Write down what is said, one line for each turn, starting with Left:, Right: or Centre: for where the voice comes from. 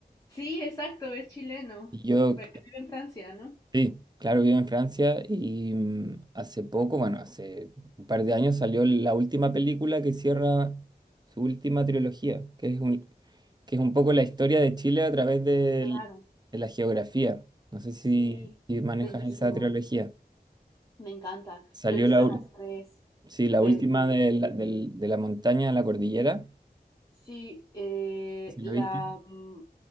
Left: Sí, exacto, es chileno,
Right: y yo
Left: pero que vive en Francia, ¿no?
Right: Sí, claro, vivo en Francia y mm, hace poco, bueno, hace un par de años salió la última película que cierra su última trilogía, que es un, que es un poco la historia de Chile a través del-
Left: Claro,
Right: de la geografía. No sé si,
Left: sí,
Right: si manejas
Left: bellísimo,
Right: esa trilogía.
Left: me encanta.
Right: Salió
Left: Yo he visto
Right: la,
Left: las
Right: ul-
Left: tres,
Right: sí, la
Left: desde
Right: última de la, del- de la montaña a la cordillera.
Left: Sí, eh,
Right: ¿Sí la
Left: la,
Right: viste?
Left: mm,